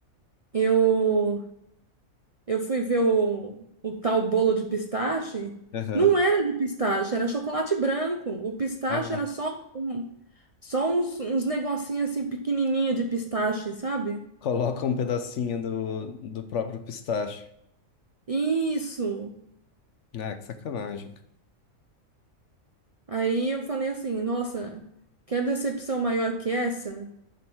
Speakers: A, on the right (about 40°); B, on the left (about 65°).
A: eu Eu fui ver o, o tal bolo de pistache.
B: Aham.
A: Não era de pistache, era chocolate branco. O pistache
B: Ah,
A: era só um, só uns, uns negocinhos assim pequenininho de pistache, sabe?
B: Coloca um pedacinho do, do próprio pistache.
A: Isso.
B: Ah, que sacanagem.
A: Aí eu falei assim, nossa, que decepção maior que essa?